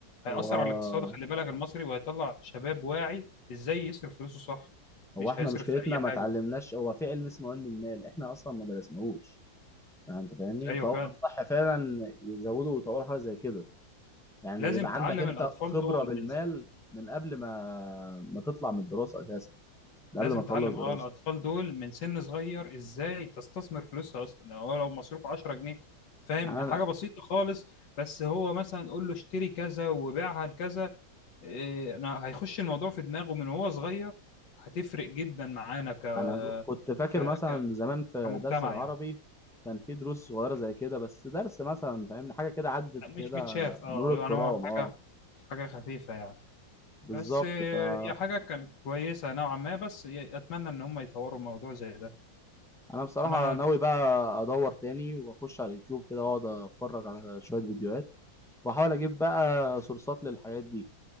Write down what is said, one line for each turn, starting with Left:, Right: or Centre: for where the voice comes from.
Left: هيأثر
Centre: هو
Left: على الاقتصاد خلي بالك المصري وهيطلع شباب واعي ازاي يصرف فلوسه صح
Centre: هو
Left: مش
Centre: احنا
Left: هيصرف
Centre: مشكلتنا
Left: في اي
Centre: ما
Left: حاجة
Centre: اتعلمناش هو في علم اسمه علم المال احنا اصلا ما درسناهوش يعني انت فاهمني
Left: ايوه
Centre: فهو
Left: فعلا
Centre: الصح فعلا يزودوا ويطوروا حاجه زي كده يعني
Left: لازم
Centre: يبقى
Left: تعلم
Centre: عندك انت
Left: الاطفال
Centre: خبره
Left: دول
Centre: بالمال
Left: من
Centre: من قبل ما ما تطلع من الدراسه اساسا ده
Left: لازم
Centre: قبل ما اخلص
Left: تعلم
Centre: دراسه
Left: اه الاطفال دول من سن صغير ازاي تستثمر فلوسها اصلا هو لو مصروف 10 جنيه فاهم
Centre: يعني
Left: حاجه
Centre: انا
Left: بسيطه خالص بس هو مثلا قول له اشتري كذا وبيعها لكذا إيه انا هيخش الموضوع في دماغه من وهو صغير هتفرق جدا معانا ك...
Centre: انا كنت فاكر
Left: ك... ك...
Centre: مثلا زمان في
Left: كمجتمع
Centre: درس العربي
Left: يعني
Centre: كان في دروس صغيره زي كده بس درس مثلا فاهمني حاجه كده عدت
Left: مش
Centre: كده
Left: متشاف اه
Centre: مرور الكرام
Left: يعني هو حاجه
Centre: اه
Left: حاجه خفيفه يعني
Centre: بالظبط
Left: بس إيه،
Centre: فانا
Left: هي حاجه كانت كويسه نوعا ما بس اتمنى ان هم يطوروا الموضوع زي ده
Centre: بصراحه
Left: انا
Centre: ناوي بقى ادور تاني واخش على اليوتيوب كده واقعد اتفرج على شويه فيديوهات واحاول اجيب بقى سورسات للحاجات دي